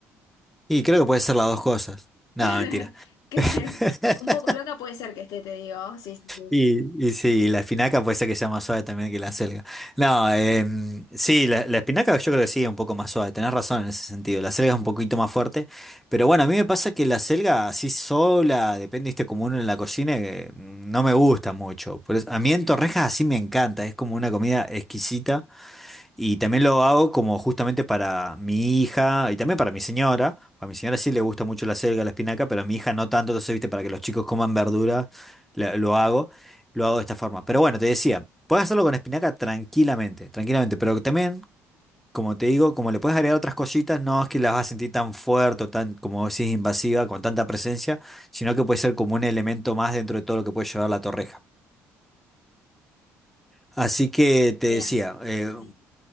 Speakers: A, in the centre; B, on the left (about 65°).
A: Y creo que puede ser las dos cosas. No,
B: <laughs>
A: mentira.
B: Que
A: <laughs>
B: un poco loca puede ser que esté, te digo. Sí, sí, sí.
A: Y, y sí, la espinaca puede ser que sea más suave también que la acelga. No, em, sí, la, la espinaca yo creo que sí es un poco más suave, tenés razón en ese sentido. La acelga es un poquito más fuerte, pero bueno, a mí me pasa que la acelga así sola, depende, viste, como uno en la cocina, eh, no me gusta mucho. Por eso- a mí en torrejas así me encanta, es como una comida exquisita. Y también lo hago como justamente para mi hija y también para mi señora. A mi señora sí le gusta mucho la selga, la espinaca, pero a mi hija no tanto. Entonces, viste, para que los chicos coman verdura, la- lo hago. Lo hago de esta forma. Pero bueno, te decía, puedes hacerlo con espinaca tranquilamente, tranquilamente. Pero también, como te digo, como le puedes agregar otras cositas, no es que las vas a sentir tan fuerte o tan, como decís, invasiva, con tanta presencia, sino que puede ser como un elemento más dentro de todo lo que puede llevar la torreja. Así que te
B: Bien.
A: decía, eh,
B: Sí.